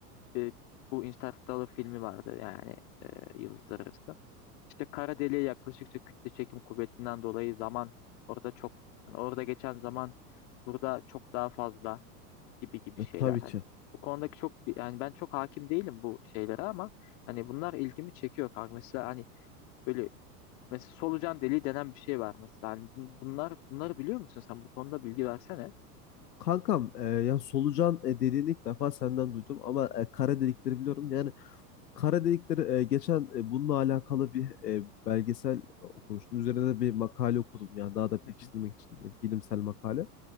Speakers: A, on the left (about 55°); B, on the left (about 80°).
A: e, bu Interstellar filmi vardı yani e, Yıldızlar Arası. İşte kara deliğe yaklaştıkça kütle çekim kuvvetinden dolayı zaman orada çok yani orada geçen zaman burada çok daha fazla gibi gibi
B: E,
A: şeyler
B: tabii
A: hani
B: ki.
A: bu konudaki çok bir- yani ben çok hakim değilim bu şeylere ama hani bunlar ilgimi çekiyor kanka. Mesela hani böyle mesela solucan deliği denen bir şey var mesela hani bun- bunlar bunları biliyor musun sen bu konuda bilgi versene.
B: Kankam e, ya solucan e, dediğini ilk defa senden duydum ama e, kara delikleri biliyorum. Yani kara delikleri e, geçen e, bununla alakalı bir e, belgesel okumuştum. Üzerine de bir makale okudum yani daha da pekiştirmek
A: Hı hı,
B: için e, bilimsel makale.